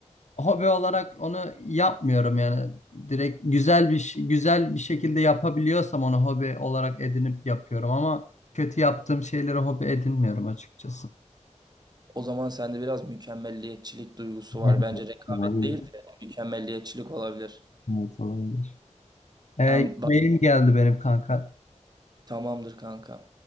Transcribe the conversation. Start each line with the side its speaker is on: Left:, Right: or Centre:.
Left: hobi olarak onu yapmıyorum yani. Direkt güzel bir ş- güzel bir şekilde yapabiliyorsam onu hobi olarak edinip yapıyorum ama kötü yaptığım şeyleri hobi edinmiyorum açıkçası. <laughs>
Right: o zaman sende biraz mükemmelliyetçilik duygusu var.
Left: Evet,
Right: Bence rekabet
Left: Olabilir.
Right: değil de mükemmelliyetçilik olabilir.
Left: Evet olabilir. Ee,
Right: Yani bak
Left: mail geldi benim kanka.
Right: tamamdır kanka.